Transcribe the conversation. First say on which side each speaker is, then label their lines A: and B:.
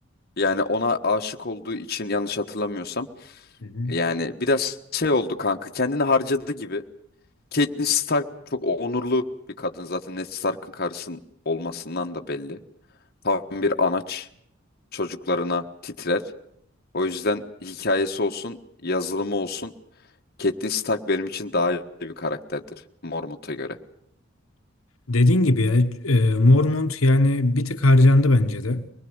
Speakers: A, on the left; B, on the left.
A: yani ona aşık olduğu için yanlış hatırlamıyorsam
B: Hı hı.
A: yani biraz şey oldu kanka kendini harcadı gibi. Catelyn Stark çok onurlu bir kadın zaten Ned Stark'ın karısının olmasından da belli. Tam bir anaç çocuklarına titrer. O yüzden hikayesi olsun, yazılımı olsun. Catelyn Stark benim için daha iyi bir karakterdir Mormont'a göre.
B: Dediğin gibi ya e, Mormont yani bir tık harcandı bence de.